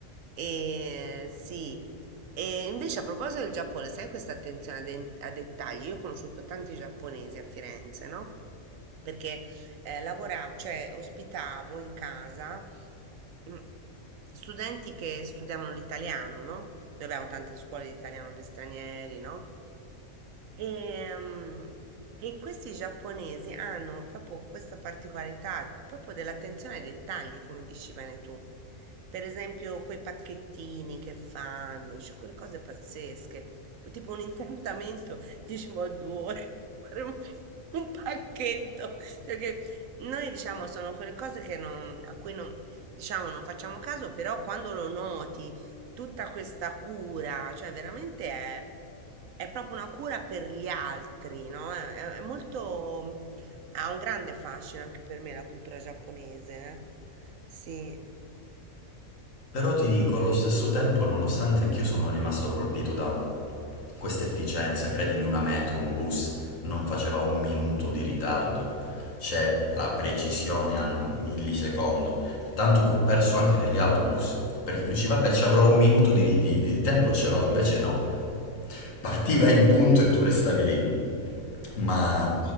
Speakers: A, on the right; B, on the left.
A: E sì, e invece a proposito del Giappone, sai questa attenzione a, den- a dettagli? Io ho conosciuto tanti giapponesi a Firenze, no? Perché eh, lavoravo, cioè ospitavo in casa mm, studenti che studiavano l'italiano, no? Noi abbiamo tante scuole di italiano per stranieri, no? Ehm, E, questi giapponesi hanno proprio questa particolarità, proprio dell'attenzione ai dettagli, come dici bene tu. Per esempio, quei pacchettini che fanno, cioè quelle cose pazzesche, tipo un incantamento, <laughs> dicevo, a due ore per fare un, un pacchetto. Cioè che noi diciamo sono quelle cose che non- a cui non, diciamo, non facciamo caso, però quando lo noti, tutta questa cura, cioè veramente è, è proprio una cura per gli altri, no? È, è- è molto, ha un grande fascino anche per me la cultura giapponese, eh. Sì,
B: Però ti dico, allo stesso tempo, nonostante anch'io sono rimasto colpito da questa efficienza, credimi, una metro, un bus non faceva un minuto di ritardo, c'è la precisione al millisecondo, tanto che ho perso anche degli autobus, perché tu dici, vabbè, ci avrò un minuto di, di- di tempo, ce l'ho, invece no, partiva in punto e tu restavi lì. Ma